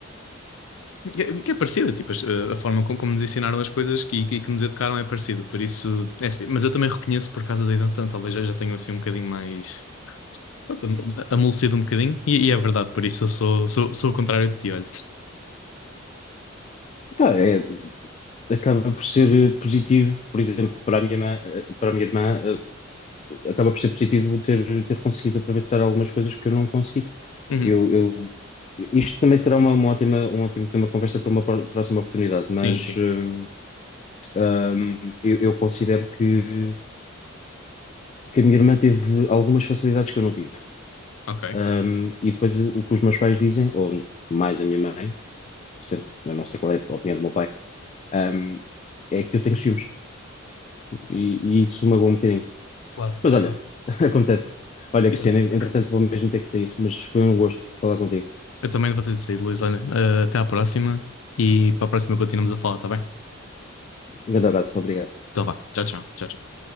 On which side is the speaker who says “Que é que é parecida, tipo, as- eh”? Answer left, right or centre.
Left